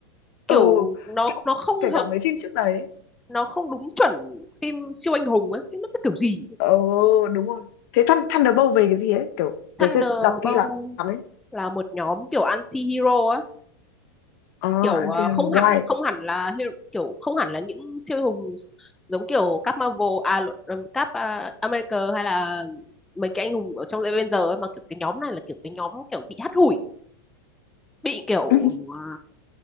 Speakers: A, in the centre; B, on the left.
A: kiểu
B: Ừ,
A: nó
B: kiểu
A: nó không
B: kể
A: hợp
B: cả mấy phim trước đấy.
A: nó không đúng chuẩn phim siêu anh hùng ấy cái nó cái kiểu gì
B: Ừ, đúng rồi. Thế Thun- Thunderbolt về cái gì ấy? Kiểu tớ
A: Thunderbolt
B: chưa đọc kỹ lắm ấy.
A: là một nhóm kiểu anti-hero á
B: À,
A: kiểu
B: Anti-Hero,
A: ờ, không
B: why?
A: hẳn không hẳn là hero, kiểu không hẳn là những siêu anh hùng giống kiểu các Marvel à lộn, ờ, các ờ, America hay là mấy cái anh hùng ở trong Avengers ấy mà kiểu cái nhóm này là kiểu cái nhóm kiểu bị hắt hủi bị kiểu
B: <laughs>
A: ờ,